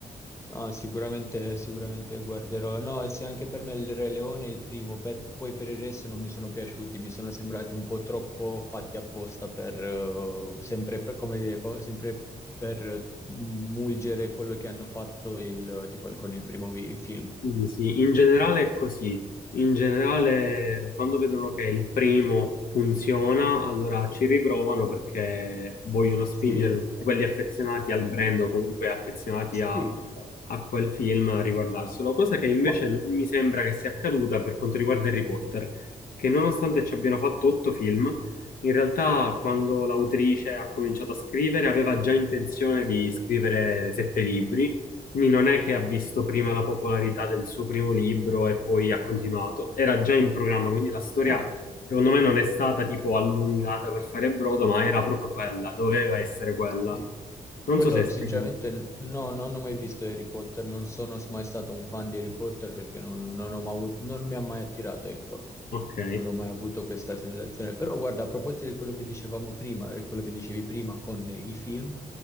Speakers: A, on the left (about 20°); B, on the left (about 65°).
A: Ah, sicuramente, sicuramente guarderò. No, e sì, anche per me il Re Leone è il primo, per- poi per il resto non mi sono piaciuti, mi sono sembrati un po' troppo fatti apposta per, eh, sempre per, come dire, co- sempre per eh, mulgere quello che hanno fatto il, tipo, il- con il primo vi- film.
B: Sì, sì, in generale è così. In generale, quando vedono che il primo funziona, allora ci riprovano perché vogliono spingere
A: Sì,
B: tutti quelli affezionati al brand o comunque affezionati
A: sì,
B: a, a quel film a riguardarselo. Cosa che invece
A: ma
B: non mi sembra che sia accaduta per quanto riguarda Harry Potter, che nonostante ci abbiano fatto otto film, in realtà quando l'autrice ha cominciato a scrivere aveva già intenzione di scrivere sette libri quindi non è che ha visto prima la popolarità del suo primo libro e poi ha continuato, era già in programma, quindi la storia
A: Ah.
B: secondo me non è stata tipo allungata per fare brodo, ma era proprio quella, doveva essere quella.
A: Sì.
B: Non
A: Quello
B: so se è stato...
A: sinceramente n- no, non ho mai visto Harry Potter, non sono mai stato un fan di Harry Potter perché non, non ho mai avu- non mi ha mai attirato, ecco,
B: Ok.
A: non ho mai avuto questa sensazione. Però guarda, a proposito di quello che dicevamo prima, e quello che dicevi prima con i film,